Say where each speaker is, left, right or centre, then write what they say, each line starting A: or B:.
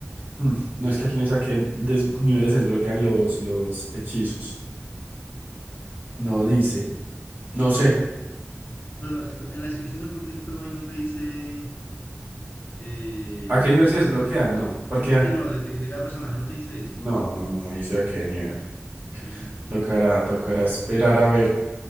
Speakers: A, on the right; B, on the left.
A: Hmm, No es que aquí no dice a qué des- niveles se desbloquean los, los hechizos. No dice. No sé.
B: Pero no, no, en la descripción del, jue- del juego ahí no te dice, em,
A: ¿A qué nivel se desbloquean? No. Porque.
B: sí, no, de, de- de cada personaje no te dice eso.
A: No, no, no dice a qué nivel.
B: Mm, ok.
A: Tocará, tocará esperar a ver.